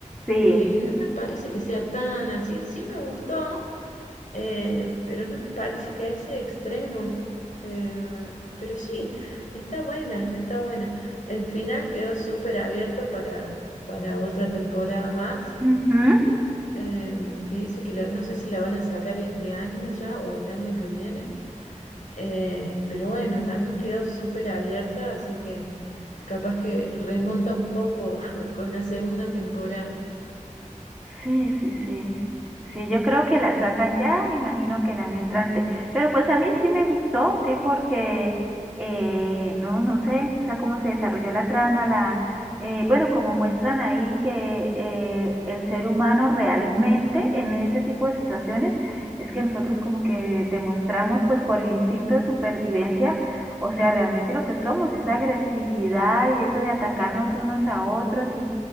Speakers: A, in the centre; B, on the left.
A: sí.
B: eh, y no me parece que sea tan así. Sí me gustó, eh, pero no me parece que a ese extremo. Eh, pero sí, está buena, está buena. El final quedó súper abierto para, para otra temporada más
A: Ujú.
B: em, que dice que la- no sé si la van a sacar este año ya o el año que viene, eh, pero bueno, también quedó súper abierta, así que capaz que remonta un poco <laughs> con la segunda temporada.
A: Sí, sí, sí. Sí, yo creo que la sacan ya, me imagino que el año entrante. Pero pues a mí sí me gustó, sí, porque eh, no, no sé, o sea, cómo se desarrolló la trama, la, eh, bueno, como muestran ahí que eh, el ser humano realmente en ese tipo de situaciones es que nosotros como que demostramos pues por el instinto de supervivencia, o sea, realmente lo que somos, esa agresividad y eso de atacarnos unos a otros y